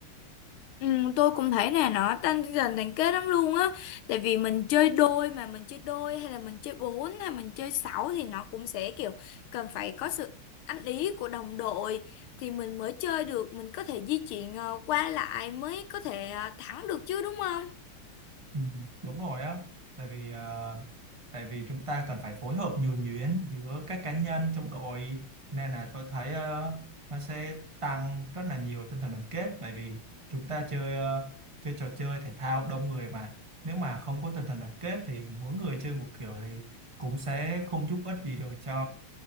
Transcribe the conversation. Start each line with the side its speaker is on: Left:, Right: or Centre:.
Left: Ừ, tôi cũng thấy nè nó tăng dần thành kết lắm luôn á tại vì mình chơi đôi mà mình chơi đôi hay là mình chơi bốn hay mình chơi sáu thì nó cũng sẽ kiểu cần phải có sự ăn ý của đồng đội thì mình mới chơi được mình có thể di chuyển ờ, qua lại mới có thể ờ, thắng được chứ đúng không
Right: Ừ, đúng rồi á tại vì ờ, tại vì chúng ta cần phải phối hợp nhuần nhuyễn giữa các cá nhân trong đội nên là tôi thấy ờ, nó sẽ tăng rất là nhiều tinh thần đoàn kết tại vì chúng ta chơi ờ, chơi trò chơi thể thao đông người mà nếu mà không có tinh thần đoàn kết thì mỗi người chơi một kiểu thì cũng sẽ không giúp ích gì được cho